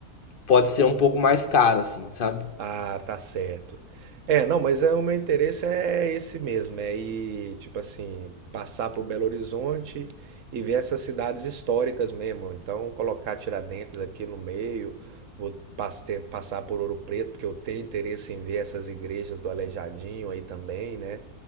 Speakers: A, on the left; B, on the right.
A: pode ser um pouco mais caro, assim, sabe?
B: Ah, tá certo. É, não, mas é, o meu interesse é esse mesmo, é ir, tipo assim, passar por Belo Horizonte e ver essas cidades históricas mesmo. Então, colocar Tiradentes aqui no meio, vou pas- ter- passar por Ouro Preto, porque eu tenho interesse em ver essas igrejas do Aleijadinho aí também, né?